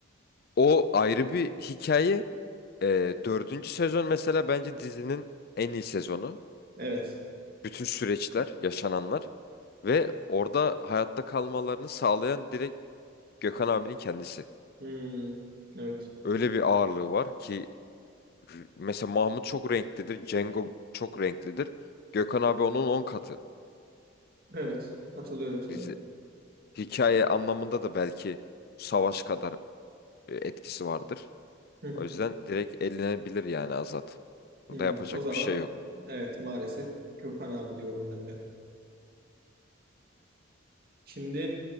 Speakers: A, on the left (about 50°); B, on the right (about 45°).
A: O ayrı bir hikaye. Ee, dördüncü sezon mesela bence dizinin en iyi sezonu.
B: Evet.
A: Bütün süreçler, yaşananlar ve orada hayatta kalmalarını sağlayan direkt Gökhan abinin kendisi.
B: Hmm. Evet.
A: Öyle bir ağırlığı var ki r- mesela Mahmut çok renklidir, Cengo çok renklidir. Gökhan abi onun 10 katı.
B: Evet. Katılıyorum sana.
A: dizi. Hikaye anlamında da belki savaş kadar e, etkisi vardır.
B: Hı hı.
A: O yüzden direkt elenebilir yani Azat.
B: Hmm.
A: Burada yapacak
B: O zaman
A: bir şey yok.
B: evet maalesef Gökhan abi diyorum ben de. Şimdi